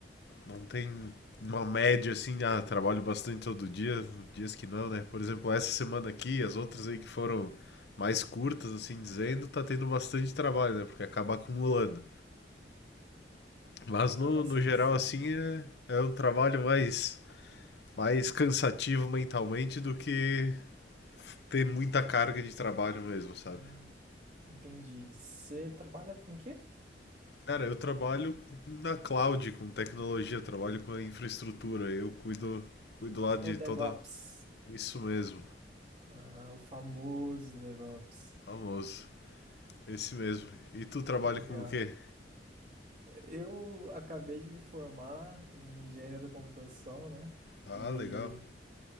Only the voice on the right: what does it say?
Aham,
cê-
ah, entendi. Você trabalha com o quê?
É o DevOps.
Ah, o famoso DevOps.
Legal.
Eu acabei de me formar em engenharia da computação, né?
E